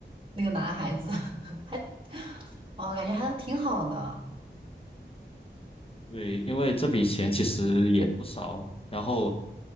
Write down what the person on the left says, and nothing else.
对，因为这笔钱其实也不少，然后，